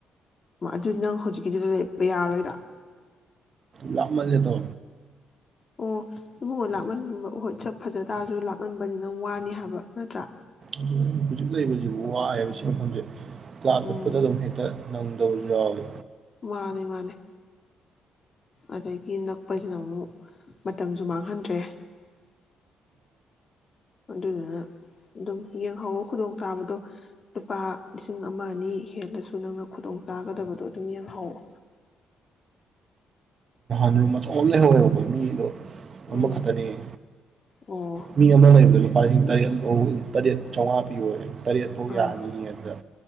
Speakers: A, on the left; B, on the right.
A: ꯑꯗꯨꯏ ꯅꯪ ꯍꯧꯖꯤꯛꯀꯤꯗꯨꯗ ꯂꯩꯔꯄ ꯌꯥꯔꯣꯏꯗꯥ
B: ꯂꯞ ꯃꯜꯂꯦꯗꯣ
A: ꯑꯣ ꯏꯃꯨꯡꯅ ꯂꯥꯞꯃꯟꯕꯠ ꯁ ꯐꯖ ꯇꯥꯔꯁꯨ ꯂꯥꯞꯃꯟꯕꯗꯤ ꯅꯪ ꯋꯥꯅꯤ ꯍꯥꯏꯕ ꯅꯠꯇ꯭ꯔꯥ
B: ꯑꯗꯨꯅ ꯍꯧꯖꯤꯛ ꯂꯩꯕꯁꯤꯕꯨ ꯋꯥꯑꯕ ꯁꯤ ꯃꯐꯝꯁꯦ ꯀ꯭ꯂꯥꯁ
A: ꯎꯝ
B: ꯆꯠꯄꯗ ꯑꯗꯨꯝ ꯍꯦꯛꯇ ꯅꯪ ꯑꯗꯨ ꯌꯥꯏ
A: ꯃꯥꯅꯤ ꯃꯥꯅꯦ ꯑꯗꯒꯤ ꯅꯛꯄꯁꯤꯅ ꯑꯃꯨꯛ ꯃꯇꯝꯁꯨ ꯃꯥꯡꯍꯟꯗ꯭ꯔꯦ ꯑꯗꯨꯗꯨꯅ ꯑꯗꯨꯝ ꯌꯦꯡꯍꯧꯋ ꯈꯨꯗꯣꯡ ꯆꯥꯕꯗꯣ ꯂꯨꯄꯥ ꯂꯤꯁꯤꯡ ꯑꯃ ꯑꯅꯤ ꯍꯦꯜꯂꯁꯨ ꯅꯪꯅ ꯈꯨꯗꯣꯡ ꯆꯥꯒꯗꯕꯗꯣ ꯑꯗꯨꯝ ꯌꯦꯡꯍꯧꯋ
B: ꯎꯝ ꯁꯝ ꯂꯩꯍꯧꯋꯦꯕꯀꯣ ꯃꯤꯗꯣ ꯑꯃꯈꯛꯇꯅꯤ
A: ꯎꯝ ꯑꯣ
B: ꯃꯤ ꯑꯃ ꯂꯩꯕ ꯇ ꯇꯔꯠ ꯆꯉ ꯄꯤ ꯑꯣꯏ ꯇꯔꯦꯠꯐꯥꯎ ꯌꯥꯅꯤ
A: ꯑꯥ
B: ꯑꯗꯨꯗ